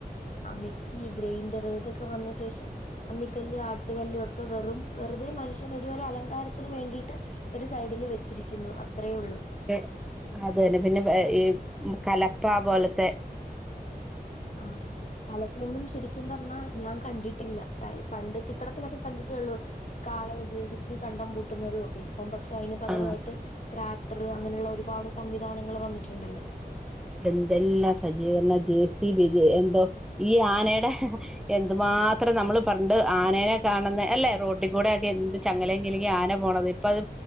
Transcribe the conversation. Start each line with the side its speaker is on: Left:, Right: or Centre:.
Left: ആ മിക്സി ഗ്രൈൻഡർ ഇതൊക്കെ വന്നശേഷം. അമ്മിക്കല്ല് ആട്ടുകലൊക്കെ വെറും വെറുതെ മനുഷ്യൻ ഒരു അലങ്കാരത്തിന് വേണ്ടിട്ട്. ഒരു സൈഡില് വെച്ചിരിക്കുന്നു അത്രയുള്ളൂ.
Centre: അത് അതന്നെ പിന്നെ ഈ കലപ്പ പോലത്തെ.
Left: ആഹ്. കലപ്പയൊന്നും ശരിക്കും പറഞ്ഞാ ഞാൻ കണ്ടിട്ടില്ല കാര് പണ്ട് ചിത്രത്തിലൊക്കെ കണ്ടിട്ടൊള്ളു. കാളെ ഉപയോഗിച്ച് കണ്ടം പൂട്ടുന്നതൊക്കെ. ഇപ്പം പക്ഷെ അയിന് പകരമായിട്ട്
Centre: ആഹ്
Left: ട്രാക്ടർ അങ്ങനെയുള്ള ഒരുപാട് സംവിധാനങ്ങൾ വന്നിട്ടുണ്ടല്ലോ.
Centre: എന്തെല്ലാം സജീകരണം ജെ സ് വിജ എന്തോ ഈ ആനെടെ. എന്തു മാത്രം നമ്മള് പണ്ട് ആനനെ കാണുന്നെ അല്ലേ റോട്ടികൂടെക്കെ എന്ത് ചങ്ങലെകിലിങ്ങി ആന പോണത്. ഇപ്പ അത്